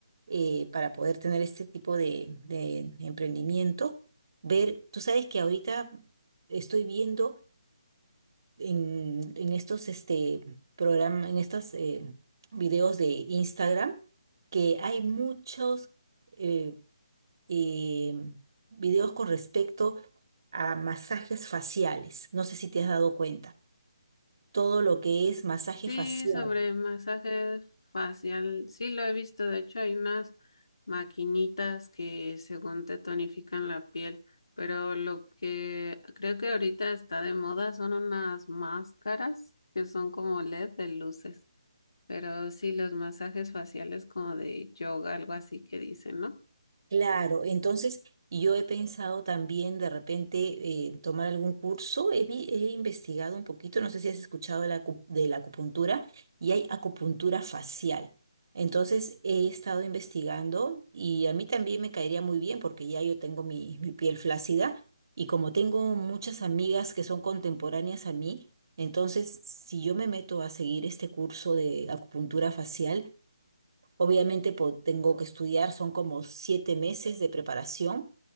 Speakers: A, on the right (about 55°); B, on the left (about 75°).
A: eh, para poder tener este tipo de de emprendimiento, ver, tú sabes que ahorita estoy viendo en, en estos este, programas, en estos eh, videos de Instagram, que hay muchos eh, eh, videos con respecto a masajes faciales. No sé si te has dado cuenta. Todo lo que es masaje
B: Sí,
A: facial.
B: sobre masaje facial, sí lo he visto. De hecho, hay unas maquinitas que según te tonifican la piel, pero lo que creo que ahorita está de moda son unas máscaras que son como LED de luces. Pero sí, los masajes faciales como de yoga, algo así que dicen, ¿no?
A: Claro, entonces yo he pensado también de repente eh, tomar algún curso, he, vi- he investigado un poquito, no sé si has escuchado de la, acu- de la acupuntura y hay acupuntura facial. Entonces he estado investigando y a mí también me caería muy bien porque ya yo tengo mi, mi piel flácida y como tengo muchas amigas que son contemporáneas a mí, entonces si yo me meto a seguir este curso de acupuntura facial, Obviamente po- tengo que estudiar, son como siete meses de preparación